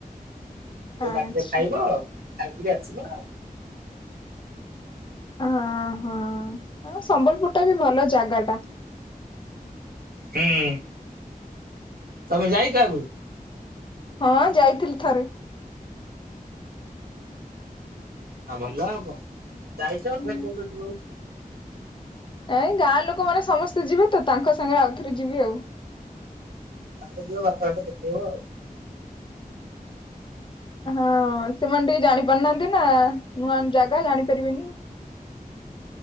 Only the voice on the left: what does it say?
ଆଚ୍ଛା
ହଁ ହଁ ସମ୍ବଲପୁର ଟା ବି ଭଲ ଜାଗା ଟା!
ହଁ ଯାଇଥିଲି ଥରେ।
ହୁଁ
ନାଇଁ ଗାଁ ଲୋକ ମାନେ ସମସ୍ତେ ଯିବେ ତ ତାଙ୍କ ସାଙ୍ଗରେ ଆଉ ଥରେ ଯିବି ଆଉ।
ହଁ ସେମାନେ ଟିକେ ଜାଣି ପାରୁନାହାନ୍ତି ନା ନୂଆ ଜାଗା ଜାଣିପାରିବେନି।